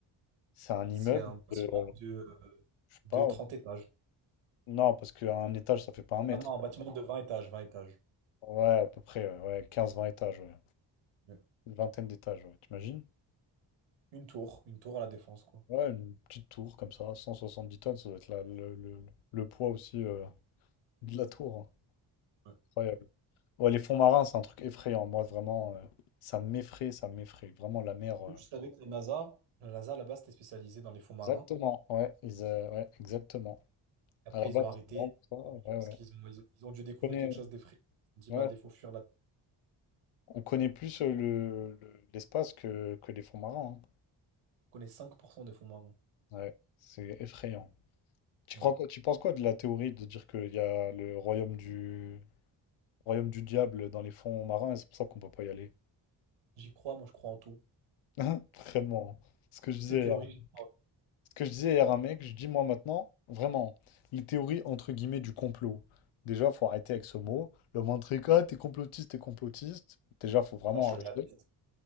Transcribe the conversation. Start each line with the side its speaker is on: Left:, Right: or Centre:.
Left: C'est un immeuble
Right: C'est un bâtiment
Left: de euh,
Right: de, euh,
Left: Je sais
Right: de
Left: pas.
Right: 30
Left: ouais.
Right: étages.
Left: Non, parce qu'un étage, ça fait pas un mètre.
Right: Ah non, un bâtiment de 20 étages, 20 étages.
Left: Ouais, à peu près, ouais. ouais, quinze vingt étages, ouais.
Right: Ouais.
Left: Une vingtaine d'étages, ouais. T'imagines?
Right: Une tour, une tour à la défense, quoi.
Left: Ouais, une petite tour comme ça, 170 tonnes, ça doit être la- le, le- le poids aussi euh, de la tour. hein.
Right: Ouais.
Left: Incroyable. Ouais, les fonds marins, c'est un truc effrayant. Moi, vraiment, euh, ça m'effraie, ça m'effraie. Vraiment, la mer. euh,
Right: Je savais que la NASA, la NASA là-bas, c'était spécialisé dans les fonds marins.
Left: Exactement, ouais, ils, euh, ouais, exactement.
Right: Après,
Left: À la
Right: ils
Left: base,
Right: ont arrêté.
Left: c'est vraiment pour
Right: Euh, Je
Left: ça, ouais,
Right: pense qu'ils
Left: ouais.
Right: ont, ils ont, ils ont dû découvrir
Left: On connaît,
Right: quelque chose d'effrayant. Ils ont dit,
Left: ouais,
Right: bah allez, faut fuir là.
Left: on connaît plus euh, le, le- l'espace que, que les fonds marins.
Right: On connaît 5% des fonds marins.
Left: hein. Ouais, c'est effrayant. Tu
Right: Ouais.
Left: crois quoi, tu penses quoi de la théorie de dire qu'il y a le royaume du royaume du diable dans les fonds marins et c'est pour ça qu'on peut pas y aller?
Right: J'y crois, moi je crois en tout.
Left: <laughs> Vraiment. hein. Ce que je
Right: Toutes
Left: disais
Right: les théories,
Left: hier.
Right: j'y crois.
Left: Ce que je disais hier à un mec, je dis moi maintenant, vraiment, les théories entre guillemets du complot. Déjà, faut arrêter avec ce mot. Le moindre truc, ah, t'es complotiste, t'es complotiste. Déjà, faut vraiment
Right: Non, je suis
Left: arrêter.
Right: réaliste.